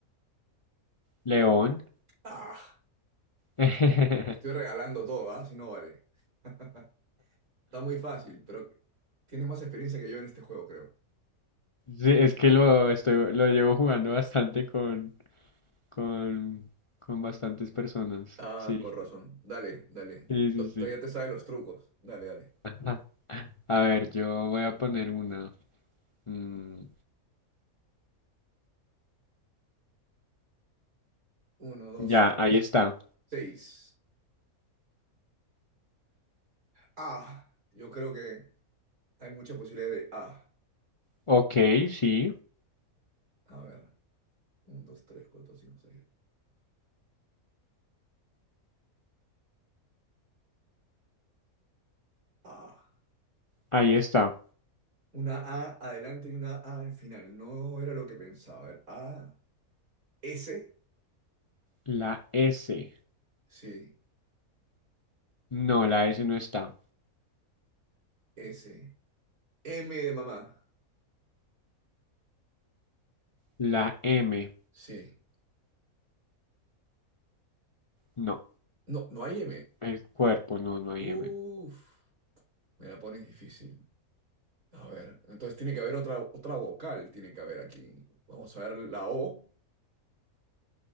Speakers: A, on the left; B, on the right.
A: León.
B: Ah,
A: <laughs>
B: te estoy, estoy regalando todo, ¿ah? Si no vale. <laughs> Está muy fácil, pero tienes más experiencia que yo en este juego, creo.
A: Sí, es que lo, estoy, lo llevo jugando bastante con, con, con bastantes personas.
B: Ah,
A: Sí,
B: con razón. Dale, dale.
A: sí, sí,
B: To- Todavía
A: sí.
B: te sabes los trucos. Dale, dale.
A: <laughs> Ajá. A ver, yo voy a poner una. Mm,
B: Uno, dos,
A: ya,
B: tres,
A: ahí está.
B: seis. Ah, yo creo que Hay muchas posibilidades de A.
A: Ok, sí,
B: A ver. uno, 2, 3, 4, 5, 6, A.
A: ahí está.
B: Una A adelante y una A al final. No era lo que pensaba. A ver. A. S.
A: La S.
B: Sí.
A: No, la S no está.
B: S. M de mamá.
A: La M.
B: Sí.
A: No,
B: No, no hay M.
A: el cuerpo, no, no hay
B: Uf.
A: M.
B: Me la pones difícil. A ver. Entonces tiene que haber otra, otra vocal. Tiene que haber aquí. Vamos a ver la O.